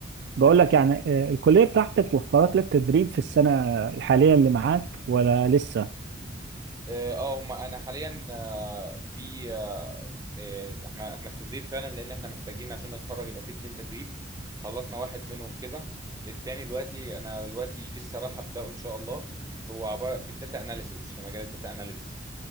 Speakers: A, on the right (about 60°); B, on the right (about 20°).
A: بقول لك يعني آه، الكلية بتاعتك وفرت لك تدريب في السنة الحالية اللي معاك ولا لسه؟
B: اه آه، هم انا حاليا آه، في آه، آه، احنا احنا في تدريب فعلا لان احنا محتاجين عشان نتخرج يبقى في اتنين تدريب خلصنا واحد منهم كده التاني دلوقتي انا دلوقتي لسه راح ابداه ان شاء الله هو عباره في الداتا اناليسز في مجال الداتا اناليسز